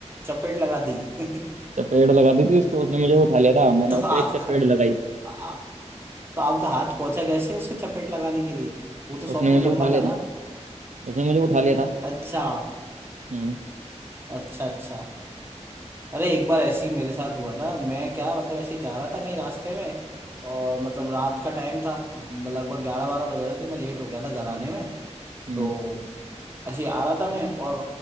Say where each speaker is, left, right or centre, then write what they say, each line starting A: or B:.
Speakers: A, on the right (about 20°); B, on the right (about 80°).
A: चपेट लगा दी <laughs>
B: चपेट लगा दी थी उसको उसने मुझे उठा लिया था मैंने
A: तो
B: उसको
A: आपका
B: एक चपेट लगाई
A: आ, तो आपका हाथ पहुंचा कैसे उसके चपेट लगाने के लिए वो तो सौ
B: उसने
A: फीट
B: मुझे
A: लंबा
B: उठा लिया
A: था
B: था
A: ना
B: ना उसने मुझे उठा लिया था
A: अच्छा
B: हम्म
A: अच्छा अच्छा अरे एक बार ऐसे ही मेरे साथ हुआ था मैं क्या मतलब ऐसे ही जा रहा था कहीं रास्ते में और मतलब रात का टाइम था म- लगभग ग्यारह बारह बज रहे थे मैं लेट हो गया था घर आने में
B: हम्म
A: तो ऐसे ही आ रहा था मैं और